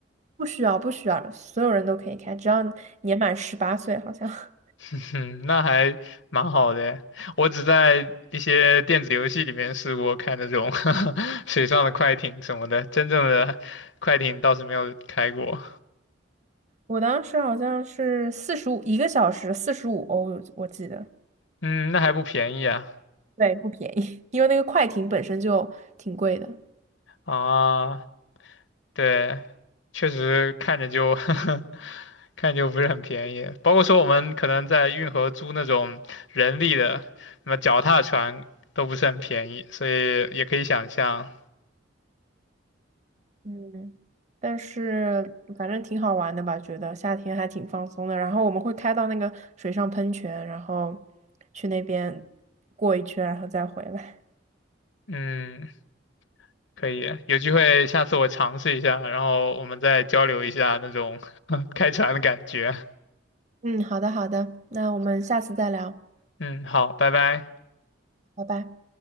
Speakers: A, on the right; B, on the left.
A: 不需要，不需要，所有人都可以开，只要年满十八岁，好像。<laughs>
B: <laughs> 嗯，那还蛮好的我只在一些电子游戏里面试过开那种 <laughs> 水上的快艇什么的，真正的快艇倒是没有开过。
A: 我当时好像是四十五一个小时四十五欧，我记得，
B: 嗯，那还不便宜啊。
A: 对，不便宜，<laughs> 因为那个快艇本身就挺贵的。
B: 啊，对，确实看着就 <laughs> 看着就不是很便宜。包括说我们可能在运河租那种人力的，什么脚踏船都不是很便宜，所以也可以想象，
A: 嗯，但是反正挺好玩的吧，觉得夏天还挺放松的。然后我们会开到那个水上喷泉，然后去那边过一圈，然后再回来。
B: 嗯，可以，有机会下次我尝试一下，然后我们再交流一下那种 <laughs> 开船的感觉。
A: 嗯，好的好的，那我们下次再聊，
B: 嗯，好，拜拜。
A: 拜拜。